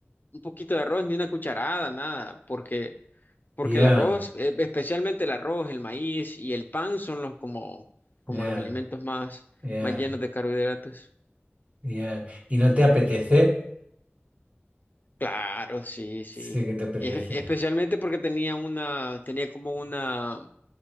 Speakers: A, on the left; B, on the right.
A: un poquito de arroz, ni una cucharada, nada, porque, porque
B: Ya,
A: el arroz, eh, especialmente el arroz, el maíz y el pan son los como, como
B: ya,
A: los alimentos más,
B: ya,
A: más llenos de carbohidratos.
B: ya. ¿Y no te apetece?
A: Claro, sí, sí.
B: Sí que te apetece.
A: E- especialmente porque tenía una, tenía como una,